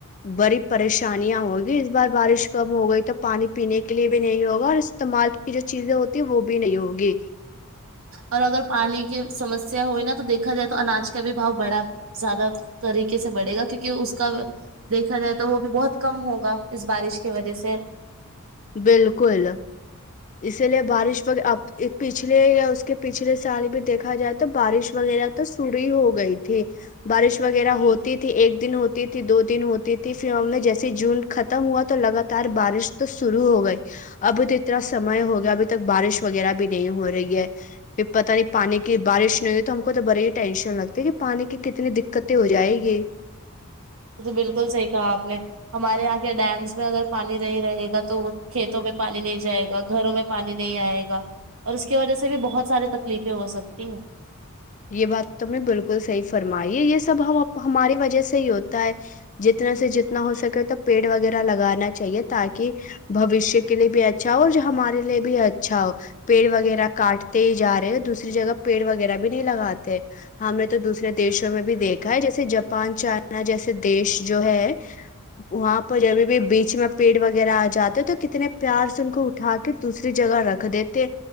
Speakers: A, on the left (about 35°); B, on the right (about 65°).
A: بریف پریشانیاں ہوگی اس بار بارش کم ہو گئی تو پانی پینے کے لیے بھی نہیں ہوگا اور استعمال کی جو چیزیں ہوتی ہیں وہ بھی نہیں ہوگی ی
B: اور اگر پانی کی سمسیا ہوئی نا تو دیکھا جائے تو اناج کا بھی بھاؤ بڑا زیادہ طریقے سے بڑھے گا کیونکہ اس کا دیکھا جائے تو وہ بھی بہت کم ہوگا اس بارش کی وجہ سے
A: بالکل اسی لیے بارش وقت آپ پچھلے یا اس کے پچھلے سال بھی دیکھا جائے تو بارش وغیرہ تو سری ہو گئی تھی بارش وغیرہ ہوتی تھی ایک دن ہوتی تھی دو دن ہوتی تھی پھر ہم نے جیسے جون ختم ہوا تو لگاتار بارش تو شرو ہو گئی ابھی تو اتنا سم ہو گیا ابھی تک بارش وغیرہ بھی نہیں ہو رہی ہے پھر پتا نہیں پانی کی بارش نہیں ہوئی تو ہم کو تو بڑے ہی ٹینشن لگتی کہ پانی کی کتنی دقتیں ہو جائےیں گی
B: یہ تو بالکل صحیح کہا آپ نے ہمارے یہاں کے ڈیمس میں اگر پانی نہیں رہے گا تو کھیتوں میں پانی نہیں جائے گا گھروں میں پانی نہیں آئے گا اور اس کی وجہ سے بھی بہت سارے تکلیفیں ہو سکتی ہیں
A: یہ بات تم نے بالکل صحیح فرمائی ہے یہ سب ہم ہماری وجہ سے ہی ہوتا ہے جتنا سے جتنا ہو سکے تو پیڑ وغیرہ لگانا چاہیے تاکہ بوشیہ کے لیے بھی اچھا ہو اور ہمارے لیے بھی اچھا ہو پیڑ وغیرہ کاٹتے ہی ج رہے ہیں دوسری جگہ پیڑ و نہیں لگاتے ہم نے تو دوسرے د دیشوں میں بھی دیکھا ہے جیسے جب پانچ چارنا جیسے دیش جو ہے وہاں پر جبھی بھی بیچ میں پیڑ وغیرہ آ جاتے تو کتنے پیار سے ان کو اٹھا کے دوسری جگہ رکھ دیتے